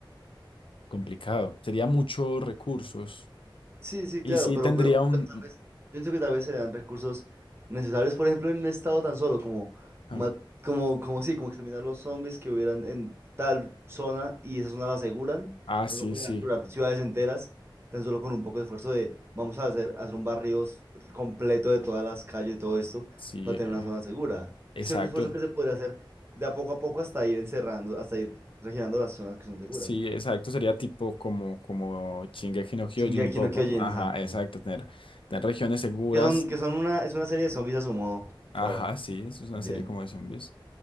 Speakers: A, on the left (about 80°); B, on the right (about 30°).
A: complicado. Sería muchos recursos.
B: Sí, sí,
A: Y
B: claro,
A: sí
B: pero,
A: tendría
B: pero,
A: un...
B: pero tal vez, yo pienso que tal vez se dan recursos necesarios, por ejemplo, en un estado tan solo como,
A: Ah,
B: ma- como, como sí, como exterminar los zombies que hubieran en tal zona y esa zona la aseguran,
A: ah,
B: pero
A: sí,
B: no pueden
A: sí,
B: asegurar ciudades enteras, tan solo con un poco de esfuerzo de vamos a hacer, hacer un barrio s- completo de todas las calles y todo esto
A: sí,
B: para tener
A: eh,
B: una zona segura.
A: exacto.
B: Ese es un esfuerzo que se podría hacer de a poco a poco hasta ir encerrando, hasta ir regenerando las zonas que son seguras.
A: Sí, exacto, sería tipo como, como Shingeki no Kyojin
B: Shingeki
A: un poco.
B: no Kyojin,
A: ¿no? Ajá,
B: exacto.
A: exacto, tener, tener regiones seguras.
B: Que son, que son una, es una serie de zombies a su modo,
A: Ajá,
B: rara
A: sí, eso es una
B: también.
A: serie como de zombies.